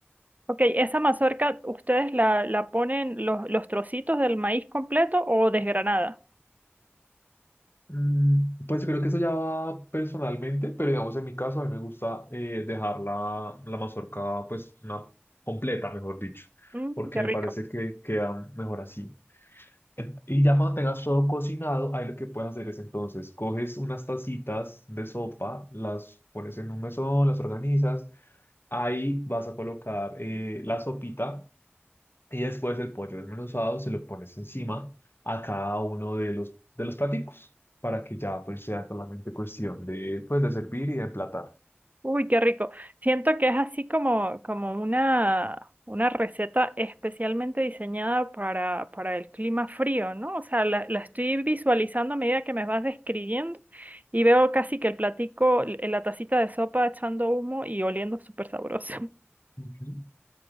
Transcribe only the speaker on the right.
Ok, esa mazorca, ¿ustedes la, la ponen los, los trocitos del maíz completo o desgranada?
Mm,
qué
rico.
Uy, qué rico. Siento que es así como, como una, una receta especialmente diseñada para, para el clima frío, ¿no? O sea, la, la estoy visualizando a medida que me vas describiendo y veo casi que el platico, l- la tacita de sopa echando humo y oliendo súper sabroso.